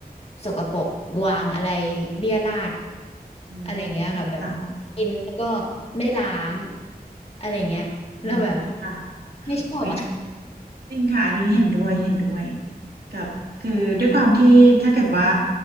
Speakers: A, on the left (about 40°); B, on the right (about 75°).
A: สกปรกวางอะไรเรี่ยราด
B: อืมจริงค่ะ
A: อะไรเงี้ยค่ะแบบกินแล้วก็ไม่ล้างอะไรเงี้ยเราแบบ
B: อืมใช่ค่ะ
A: ไม่ชอบอะ
B: เว้ยจริงค่ะอันนี้เห็นด้วยเห็นด้วยกับคือด้วยความที่ถ้าเกิดว่า